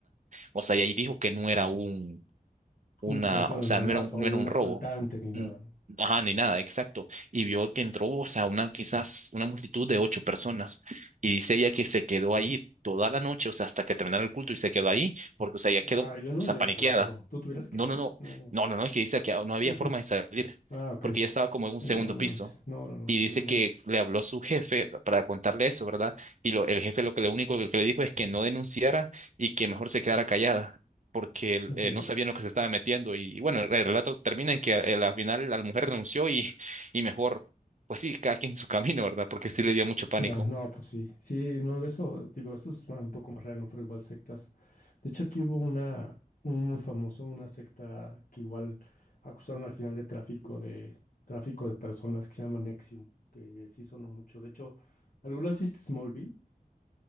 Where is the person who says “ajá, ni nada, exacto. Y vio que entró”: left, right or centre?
Right